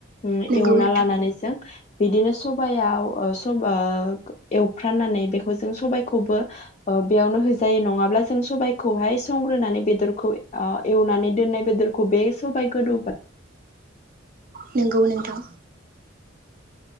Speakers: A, on the left; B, on the right.
A: ओं
B: नंगौ
A: एवना
B: नोंथां
A: लानानै जों बिदिनो सबयाव ओ स सब ओ एवफ्राननानै बेखौ जों सबाइखौबो ओ बेयावनो होजायो नङाब्ला जों सबाइखौहाय संग्रोनानै बेदरखौ ओ एवनानै दोननाय बेदरखौ बे सबाइ गोदौबा
B: नोंगौ नोंथां।